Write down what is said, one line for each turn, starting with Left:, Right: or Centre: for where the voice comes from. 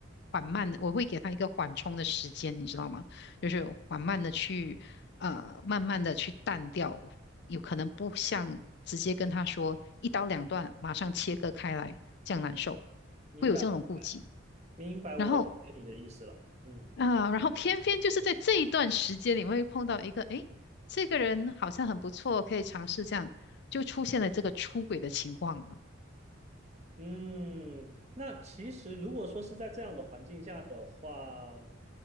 Left: 缓慢的，我会给他一个缓冲的时间，你知道吗？就是缓慢的去，呃，慢慢的去淡掉，有可能不像直接跟他说一刀两断，马上切割开来，这样难受，
Right: 明白，
Left: 会有这种顾忌。
Right: 明白，我理解你的意思了。
Left: 然后
Right: 嗯
Left: 啊，然后偏偏就是在这一段时间里面会碰到一个，诶，这个人好像很不错，可以尝试这样，就出现了这个出轨的情况了。
Right: 嗯，那其实如果说是在这样的环境下的话，